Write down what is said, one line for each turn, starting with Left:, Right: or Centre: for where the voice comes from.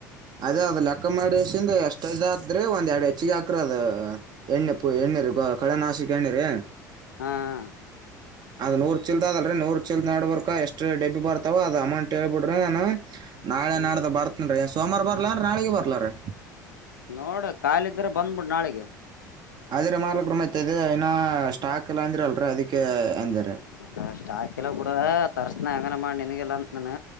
Right: ಅದೇ ಅದ್ ಲೆಕ್ಕ ಮಾಡಿಗೆಸಿಂದಎಷ್ಟಾತದ್ರಿ, ಒಂದ್ ಎರಡು ಹೆಚ್ಚಿಗೆ ಹಾಕ್ರ ಅದ ಎಣ್ಣೆ ಪು ಎಣ್ಣಿ, ಕಳೆ ನಾಶಕ ಎಣ್ಣಿರಿ
Left: ಹ್ಮ್ <inaudible>
Right: ಅದ್ ನೂರು ಚೀಲ್ದ್ ಅದಲ್ರಿ ನೂರು ಚೀಲ್ ನಡ್ಬರ್ಕ್ ಎಷ್ಟು ಡಬ್ಬಿ ಬರ್ತಾವೋ ಅದು ಅಮೌಂಟ್ ಹೇಳ್ಬಿಡ್ರೆ ನಾನು ನಾಳೆ
Left: ಹ್ಮ್
Right: ನಾಡ್ದೆ ಬರ್ತೇನ್ ರೀ ಏನ್ ಸೋಮಾರ ಬರ್ಲಾನ್ ನಾಳಿಗೆ ಬರ್ಲಾರೀ.,
Left: ನೋಡ ಕಾಲಿದ್ರೆ ಬಂದ್ಬಿಡ್ ನಾಳಿಗೆ.
Right: ಅದೇ ರಿಮಾಲಕರ ಮತ ಅದೆಇನ ಸ್ಟಾಕ್ ಇಲ್ಲ ಅಂದ್ರ ಅಲ್ರರಿ ಅದಕ್ಕೆ ಅಂದಾರಿ.
Left: ಅಲ್ಲ ಸ್ಟಾಕ್ ಕಿಲ್ಲ ಬಿಡುವ ತರ್ಸಿತೀನ ಎಂಗನ ಮಾಡಿ ನಿನ್ಗೆಲ್ಲಂತ ನಾನ